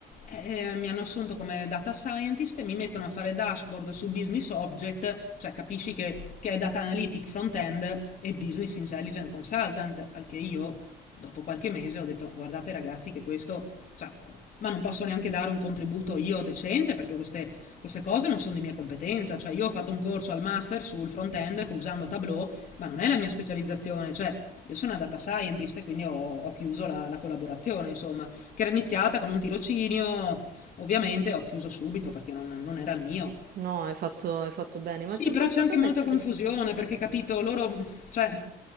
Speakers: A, on the left (about 50°); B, on the right (about 60°).
A: Eh, mi hanno assunto come data scientist e mi mettono a fare dashboard su business object, cioè capisci che, che è data analytic front end e business intelligence consultant, al che io dopo qualche mese ho detto guardate ragazzi che questo, cioè, ma non posso neanche dare un contributo io decente perché queste, queste cose non sono di mia competenza, cioè io ho fatto un corso al master sul front end usando Tableau, ma non è la mia specializzazione, cioè io sono una data scientist e quindi ho, ho chiuso la, la collaborazione, insomma che era iniziata con un tirocinio. Ovviamente ho chiuso subito perché non, non era il mio.
B: no, hai fatto, hai fatto bene,
A: Sì,
B: ma il, pro-
A: però
B: il
A: c'è
B: problema
A: anche molta
B: è che...
A: confusione perché, capito, loro, cioè,